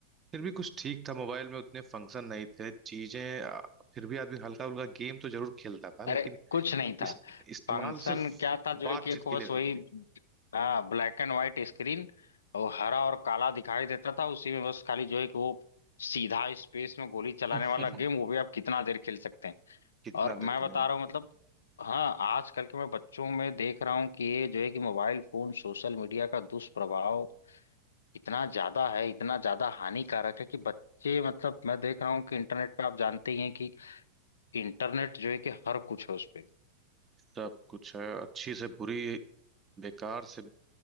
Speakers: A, on the right (about 20°); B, on the left (about 65°).
A: फिर भी कुछ ठीक था मोबाइल में उतने फंक्शन नहीं थे चीजें अ, फिर भी आदमी हल्का फुल्का गेम तो जरूर खेलता था लेकिन
B: अरे कुछ नहीं
A: इस,
B: था
A: इस्तेमाल
B: फंक्शन
A: सिर्फ
B: क्या था जो
A: बातचीत
B: है कि एक
A: के
B: बस
A: लिए
B: वही
A: होती थी
B: हाँ ब्लैक एंड व्हाइट स्क्रीन वो हरा और काला दिखाई देता था उसी में बस खाली जो है कि वो सीधा स्पेस में गोली चलाने
A: <laughs>
B: वाला गेम वो भी आप कितना देर खेल सकते हैं
A: कितना
B: और मैं
A: देख
B: बता
A: लें
B: रहा हूँ मतलब हाँ आजकल के मैं बच्चों में देख रहा हूँ कि ये जो है कि मोबाइल फोन सोशल मीडिया का दुष्प्रभाव इतना ज्यादा है इतना ज्यादा हानिकारक है कि बच्चे मतलब मैं देख रहा हूँ कि इंटरनेट पे आप जानते ही हैं कि इंटरनेट जो है कि हर कुछ है उस पे
A: सब कुछ है अच्छी से बुरी बेकार से